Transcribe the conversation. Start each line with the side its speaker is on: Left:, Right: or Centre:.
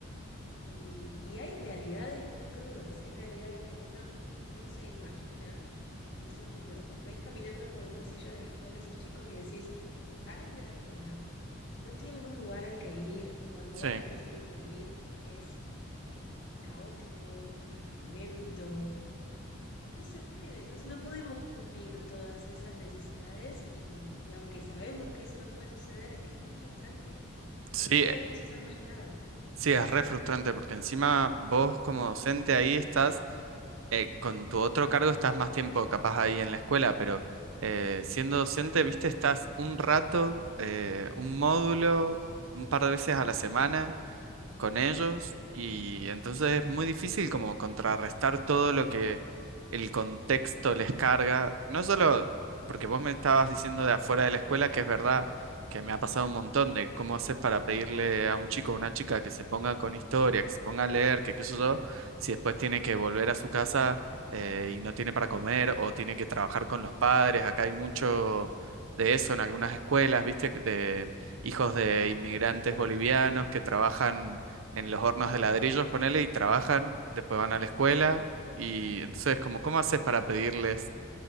Left: Y, y hay realidades muy crudas, hay realidades que uno no se imagina y, y eso lo- los ves caminando por los pasillos de la escuela, esos chicos, y decís, salen de la escuela y no tienen un lugar al que ir o al lugar
Right: sí.
Left: al que tienen que ir es eh, caótico, es violento y no se puede, no, no podemos cubrir todas esas necesidades y, y y aunque sabemos que eso no puede suceder, es muy frustrante
Right: Sí,
Left: porque no podemos hacer más nada.
Right: Sí, es re frustrante porque encima vos como docente ahí estás, eh, con tu otro cargo estás más tiempo capaz ahí en la escuela, pero eh, siendo docente, viste, estás un rato, eh, un módulo, un par de veces a la semana con ellos y entonces es muy difícil como contrarrestar todo lo que el contexto les carga, no solo porque vos me estabas diciendo de afuera de la escuela, que es verdad que me ha pasado un montón de cómo haces para pedirle a un chico o una chica que se ponga con historia, que se ponga a leer, que qué sé yo, si después tiene que volver a su casa eh, y no tiene para comer o tiene que trabajar con los padres, acá hay mucho de eso en algunas escuelas, viste, de hijos de inmigrantes bolivianos que trabajan en los hornos de ladrillos, ponele, y trabajan, después van a la escuela,
Left: Sí.
Right: y entonces como, ¿cómo haces para pedirles,